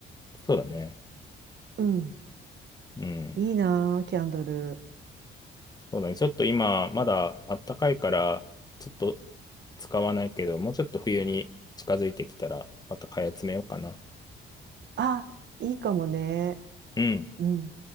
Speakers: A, on the left; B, on the right.
A: そうだね。
B: うん。
A: うん。
B: いいなぁ、キャンドル。
A: そうだね。ちょっと今、まだあったかいから、ちょっと使わないけど、もうちょっと冬に近づいてきたら、また買い集めようかな。
B: あ、いいかもね。
A: うん。
B: うん。